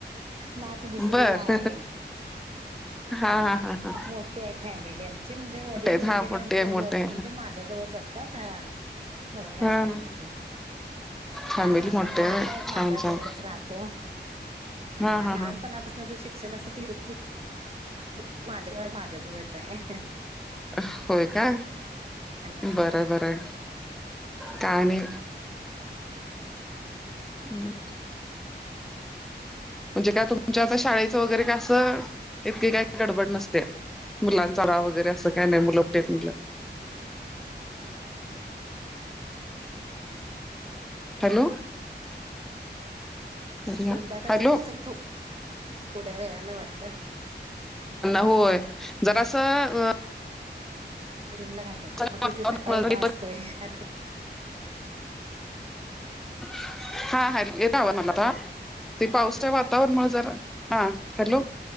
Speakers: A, on the right; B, in the centre.
A: नात दुसरीला
B: बर
A: आहे.
B: हा
A: आं
B: हा हा हा
A: मोठी आहे फॅमिली. म्हणजे वडील
B: मोठे आहेत
A: वगैरे
B: हा मोठे
A: आमचं
B: मोठे
A: घ म्हणजे माझ्याजवळच असतात. हां. मोठ्ठ
B: हा
A: आहे फॅमिली.
B: फॅमिली
A: हा.
B: मोठे
A: भाचा
B: आहे होय
A: एक माझ्या
B: छान
A: जवळच
B: छान
A: राहतो. अ
B: हा हा
A: लहानपणापासून
B: हा
A: तू शिक क्षण <unintelligible> माझ्या जवळच आहे.
B: होय का?
A: आणि
B: बर बर आहे. काय आणि? हम्. म्हणजे काय तुमच्या आता शाळेचं वगैरे कासं इतके काय गडबड नसते मुलांचा रा वगैरे असं काही नाही मुल टेत मुलं हॅलो अरे
A: संध्याकाळच
B: हॅलो
A: तुमचं थोड्या वेळाला वाटत
B: होय जरा असं
A: मिडियमला घालाय
B: ध्येॉ्ले
A: मग तिचं सकाळी डबा असतोय हॅलो
B: <unintelligible> हा ह ते पावसच्या
A: हॅलो
B: वातावरणमुळे जरा हा हॅलो